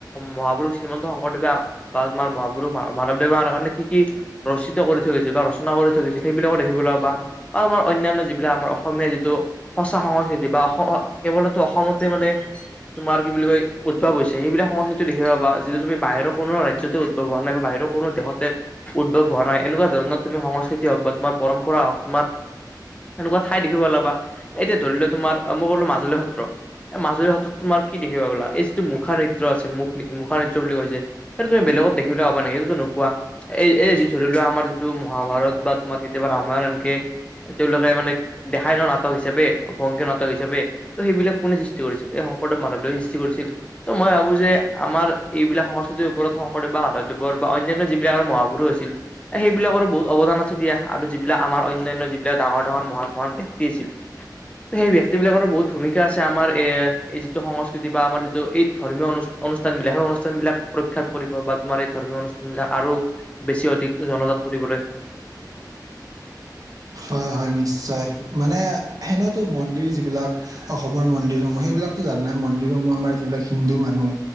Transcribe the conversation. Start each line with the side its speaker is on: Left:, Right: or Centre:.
Left: মহাপুৰুষ শ্ৰীমন্ত শংকৰদেৱে বা মহাপুৰুষ মাধৱদেৱানৰ কাৰণে কি কি ৰচিত কৰি থৈ গৈছে বা ৰচনা কৰি থাকিছিল সেইবিলাকক দেখিবলৈ পাবা বা তোমাৰ অনান্য যিবিলাক আমাৰ অসমীয়া যিটো সঁচা সংস্কৃতি বা অসম কেৱলতো অসমতে মানে তোমাৰ কি বুলি কয় উদ্ভৱ হৈছে সেইবিলাক সংস্কৃতি দেখিবলৈ পাবা যিটো তুমি বাহিৰৰ কোনো ৰাজ্যতে উদ্ভৱ হোৱা নাই বা বাহিৰৰ কোনো দেশতে উদ্ভৱ হোৱা নাই এনেকুৱা ধৰণৰ তুমি সংস্কৃতি হওক বা তোমাৰ পৰম্পৰা হওক তোমাৰ এনেকুৱা ঠাই দেখিব পাবা এতিয়া ধৰি লোৱা তোমাৰ মই ক'লো মাজুলী সত্ৰ এই মাজুলী সত্ৰত তোমাৰ কি দেখিবা পলা এই যিটো মুখা নৃত্য আছে মুখ মুখা নি বুলি কৈছে তুমি বেলেগত দেখিবলৈ পাবা নেকি সেইটোতটো নোপোৱা এই এই যি ধৰি লোৱা আমাৰ যিটো মহাভাৰত বা তোমাৰ কেতিয়াবা ৰামায়ণ কে তেওঁলোকে মানে দেখাই ন নাটক হিচাপে অ ভংগী নাটক হিচাপে ত সেইবিলাক কোনে সৃষ্টি কৰিছিল এই শংকৰদেৱ মাধৱ দেৱে সৃষ্টি কৰিছিল ত মই ভাবো যে আমাৰ এইবিলাক সংস্কৃতিৰ ওপৰত শংকৰদেৱ বা মাধৱদেৱৰ বা অন্যান্য যিবিলাক আৰু মহাপুৰুষ আছিল সেইবিলাকৰো বহুত অৱদান আছে দিয়া আৰু যিবিলাক আমাৰ অনান্য যিবিলাক ডাঙৰ ডাঙৰ মহান মহান ব্যক্তি আছিল সেই ব্যক্তি বিলাকৰো বহুত ভূমিকা আছে আমাৰ এ এই যিটো সংস্কৃতি বা আমাৰ যিটো এই ধৰ্মীয় অনু অনুষ্ঠান বিলাক অনুষ্ঠান বিলাক প্ৰখ্যাত কৰিব বা তোমাৰ এই ধৰ্মীয় অনুষ্ঠান বিলাক আৰু বেছি অধিক জনজাত কৰিবলৈ
Right: হয় হয় নিশ্চয় মানে সেনেওতো মন্দিৰ যিবিলাক অসমৰ মন্দিৰ সমূহ সেইবিলাকতো জান নাই মন্দিৰ সমূহ আমাৰ যিবিলাক হিন্দু মানুহ